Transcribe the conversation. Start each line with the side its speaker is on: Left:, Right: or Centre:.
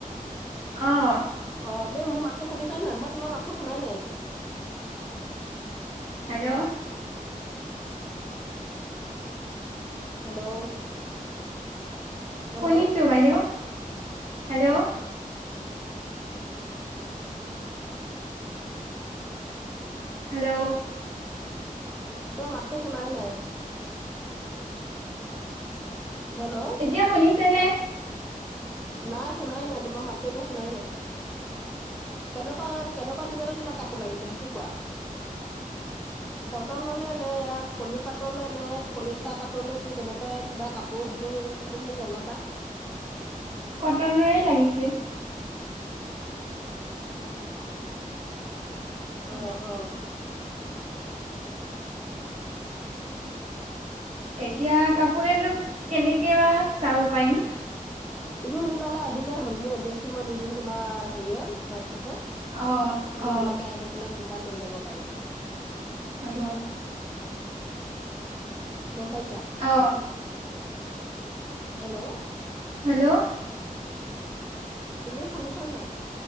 Right: অ'।
Centre: অ' তুমি মোৰ মাতটো শুনিছা নাই? মই তোমাৰ মাতটো শুনাই নাই একো।
Right: হেল্ল'!
Centre: হেল্ল'! হেল্ল'
Right: শুনিছোঁ বাইদেউ। হেল্ল'!
Centre: <inaudible>
Right: হেল্ল'?
Centre: তোৰ মাতটো শুনাই নাই। হেল্ল'?
Right: এতিয়া শুনিছেনে?
Centre: নাই শুনাই নাই, তোমাৰ মাতটো একো শুনাই নাই। কেনেকুৱা, কেনেকুৱা, ডিজাইনত তোমাক কাপোৰ লাগিব সেইটো কোৱা? কটনৰ, নে ইয়াৰ পলি পাতনে, নে পলিষ্টাৰ পাতনে, কি তেনেকুৱা কিবা কাপ কৈ সেইটো সেইটো মোক জনাবা।
Right: কটনৰে লাগিছিল।
Centre: <unintelligible> অ', অ'।
Right: এতিয়া কাপোৰ কেইযোৰ কেনেকে বা চাব পাৰিম?
Centre: তুমি মোৰ তালে আহিলেই হ'ল, মোৰ এড্ৰেছটো মই দি দিম তোমাৰ হেৰিয়ত হোৱাটছএপত।
Right: অ
Centre: তুমি
Right: অ
Centre: তেনেকে আহি পেলাই মোৰ পৰা লৈ যাব পাৰিবা।
Right: হ'ব।
Centre: গ'ম পাইছা।
Right: অ
Centre: হেল্ল'?
Right: হেল্ল'?
Centre: তুমি শুনিছা নে নাই?